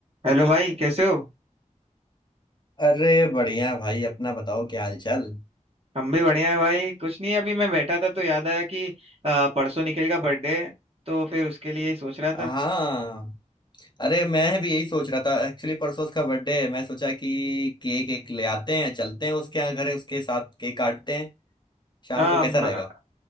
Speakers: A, on the right; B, on the left.
A: Hello भाई कैसे हो
B: अरे बढ़िया भाई अपना बताओ क्या हाल चाल
A: हम भी बढ़िया है भाई कुछ नहीं अभी मैं बैठा था तो याद आया कि आ, परसों निखिल का बर्थडे है तो फिर उसके लिए ही सोच रहा था
B: हाँ अरे मैं भी यही सोच रहा था एक्चुअली परसों उसका बर्थडे है मैं सोचा कि केक एक ले आते हैं चलते हैं उसके यहाँ घर है उसके साथ केक काटते हैं शाम
A: आ,
B: को कैसा
A: म-
B: रहेगा